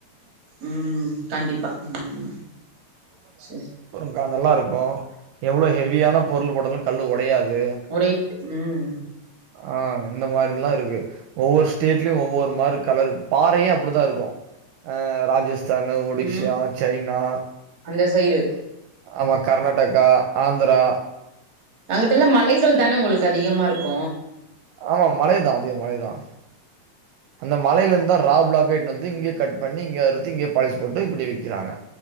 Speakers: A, on the right; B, on the right.
A: ம் கண்டிப்பா ம் சர்
B: ந நல்லாருக்கு எவ்ளோ ஹெவியான பொருள் போட்டாலு கல்லு ஒடயாது
A: முரெ ம்
B: ஆ இந்த மாரில்லா இருக்கு ஒவ்வொரு ஸ்டேட்லயு ஒவ்வொரு மாரி கலரு பாறையு அப்படிதா இருக்கு ராஜஸ் தன ஒடிசியா
A: ம்
B: சைனா
A: அந்த சைடு
B: ஆமா கர்நாடகா ஆந்ரா
A: அங்குட்டுலா மலைகள் தான உங்களுக்கு அதிகமாருக்கு
B: ஆமா மலை தான் அதே மலை தான் அந்த மலைல இருந்து ரா பிளாக்கே எடுத்துட் வந்து இங்க கட் பண்ணி இங்க அறுத்து இங்கயே பாலிஷ் போட்டு இப்படி விக்கிறாங்க